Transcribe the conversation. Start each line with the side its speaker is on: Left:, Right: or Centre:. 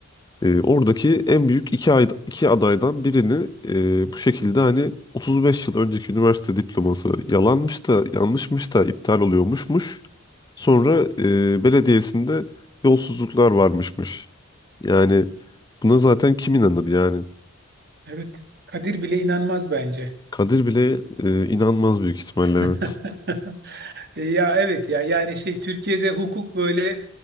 Left: E, oradaki en büyük iki, ay, iki adaydan birini e, bu şekilde hani 35 yıl önceki üniversite diploması yalanmış da yanlışmış da iptal oluyormuşmuş. Sonra e, belediyesinde yolsuzluklar varmışmış. Yani buna zaten kim inanır yani?
Right: Evet. Kadir bile inanmaz bence.
Left: Kadir bile e, inanmaz büyük ihtimalle
Right: <laughs>
Left: evet.
Right: E, Ya evet ya yani şey Türkiye'de hukuk böyle